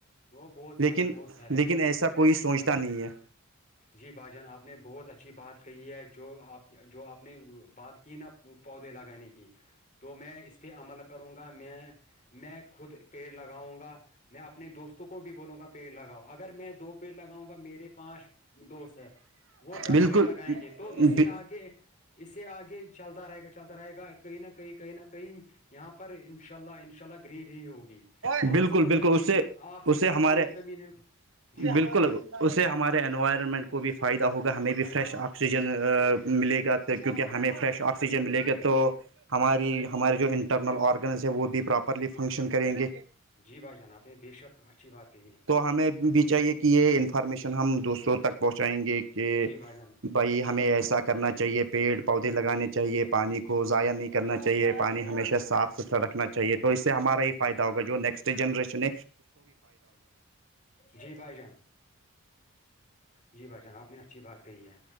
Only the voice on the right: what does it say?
لیکن
لیکن ایسا کوئی سوچتا نہیں ہے
بالکل
بالکل
بالکل
اس سے
اس سے ہمارے
بالکل
اس سے ہمارے انوائرمنٹ کو بھی فائدہ ہوگا ہمیں بھی فریش آکسیجن ملے گا تو کیونکہ ہمیں فریش آکسیجن ملے گا تو ہماری ہمارے جو انٹرنل آرگنس ہے وہ بھی پراپرلی فنکشن کریں گے
تو ہمیں بھی چاہیے کہ یہ انفارمیشن ہم دوسروں تک پہنچائیں گے کہ
بھائی
ہمیں
ایسا
کرنا چاہیے پیڑ پودے لگانے چاہیے پانی کو ضائع نہیں کرنا چاہیے پانی ہمیشہ صاف ستھرا رکھنا چاہیے تو اس سے ہمارا ہی فائدہ ہوگا جو نیکسٹ جنرشن